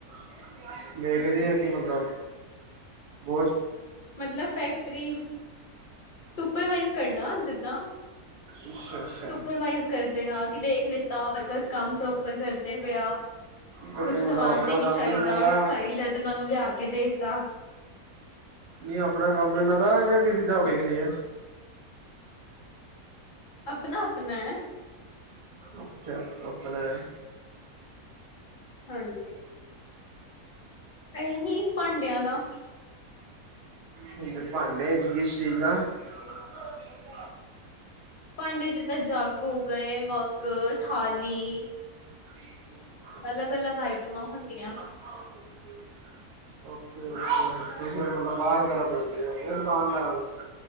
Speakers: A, on the right; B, on the left.
A: <unintelligible> ਆ ਕਿ ਮਤਲਬ ਬਹੁਤ
B: ਮਤਲਬ ਫੈਕਟਰੀ ਸੁਪਰਵਾਈਜ਼ ਕਰਨਾ ਜਿੱਦਾਂ
A: ਅੱਛਾ ਅੱਛਾ
B: ਸੁਪਰਵਾਈਜ਼ ਕਰਦੇ ਆਂ ਕਿ ਦੇਖ ਲ ਤਾਂ ਵਰਕਰ ਕੰਮ ਪ੍ਰੋਪਰ ਕਰਦੇ ਪੇ ਆ
A: ਤਾਂ
B: ਕੁਛ
A: ਕੀ
B: ਸਮਾਨ
A: ਮਤਲਬ ਆਪਣਾ
B: ਤੇ ਨੀ
A: ਕੰਮ
B: ਚਾਹੀਦਾ
A: ਨੇ ਉਹਨਾਂ ਦਾ
B: ਚਾਹੀਦਾ ਤੇ ਉਹਨਾਂ ਨੂੰ ਲਿਆ ਕੇ ਦੇਤਾ।
A: ਨਹੀਂ ਆਪਣਾ ਕੰਮ ਏ ਉਹਨਾਂ ਦਾ ਜਾਂ ਕਿਸੇ ਦਾ ਵੇਖਦੇ ਆ?
B: ਆਪਣਾ ਆਪਣਾ ਹੈ।
A: ਅਛਾ ਆਪਣਾ ਹੈ।
B: ਹਾਂਜੀ। ਐਹੀ ਭਾਂਡਿਆਂ ਦਾ।
A: ਤੇ ਭਾਂਡੇ ਚ ਕਿਸ ਚੀਜ਼ ਦਾ? <inaudible>
B: ਪਾਂਡੇ ਜਿੱਦਾਂ ਜੱਗ ਹੋ ਗਏ ਮੱਗ ਥਾਲੀ,
A: <inaudible>
B: ਅਲੱਗ ਅਲੱਗ ਆਈਟਮਾਂ ਹੁੰਦੀਆਂ।
A: <inaudible> ਓਕੇ ਓਕੇ ਤੁਸੀ ਹੁਨ ਮਤਲਬ ਬਾਹਰ ਵਗੈਰਾ ਭੇਜਦੇ ਹੋ ਕੇ ਦੁਕਾਨਦਾਰਾਂ ਨੂੰ?